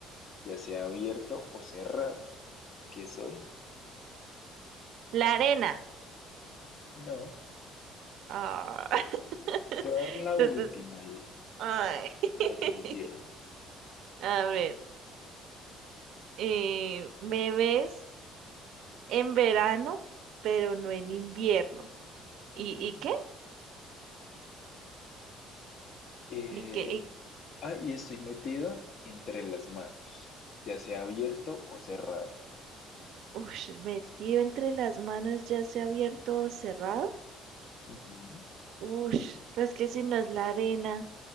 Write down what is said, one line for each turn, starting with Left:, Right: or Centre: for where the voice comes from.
Left: ya sea abierto o cerrado. ¿Qué soy?
Right: la arena.
Left: No,
Right: ah, <laughs>
Left: te voy a dar la
Right: entonces,
Left: última y
Right: ay, <laughs>
Left: la definitiva.
Right: a ver. eh, me ves en verano, pero no en invierno. ¿Y,
Left: Ujú.
Right: y qué?
Left: Eh,
Right: ¿Y qué? ¿Y-
Left: Ah, y estoy metido entre las manos, ya sea abierto o cerrado.
Right: ush, metido entre las manos, ya sea abierto o cerrado.
Left: Ujú.
Right: Ush, pues que si no es la arena,